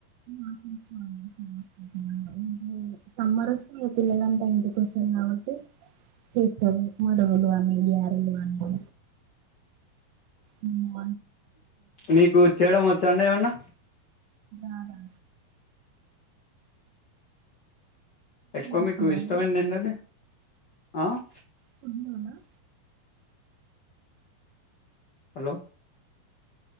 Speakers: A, on the right; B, on the left.
A: ఆహ్ చేస్తామండి <unintelligible> సమ్మర్ వస్తే పిల్లలు అంతా ఇంటికి వస్తారు కాబట్టి చేస్తాము మదవలు గారెలు అన్ని. ఉమ్మ్
B: మీకు చేయడం వచ్చా అండి ఏమన్నా.
A: రారా.
B: ఎక్కువ
A: చేస్తారా
B: మీకు ఇష్టమైది
A: అండి
B: ఏంటండి. ఆహ్
A: కుడున్న <inaudible>
B: హలో